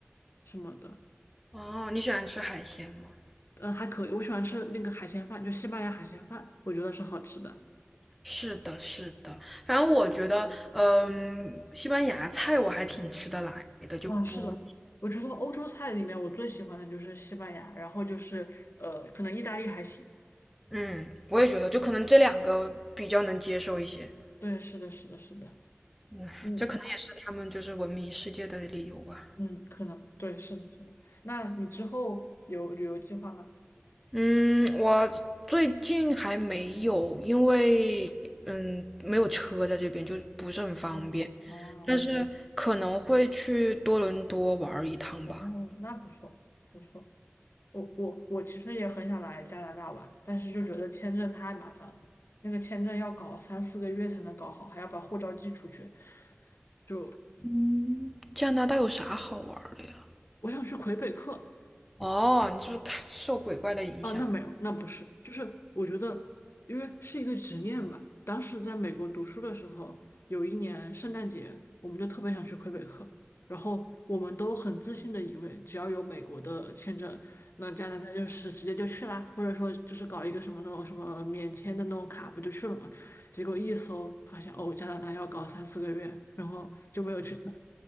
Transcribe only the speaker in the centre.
哦，你喜欢吃海鲜吗？
是的，是的，反正我觉得，嗯，西班牙菜我还挺吃得来的，就不，
嗯，我也觉得，就可能这两个比较能接受一些，
嗯，
这可能也是他们就是闻名世界的理由吧。
嗯，我最近还没有，因为嗯没有车在这边，就不是很方便，
但是可能会去多伦多玩儿一趟吧。
嗯，加拿大有啥好玩儿的呀？
哦，你是不是看受鬼怪的影响？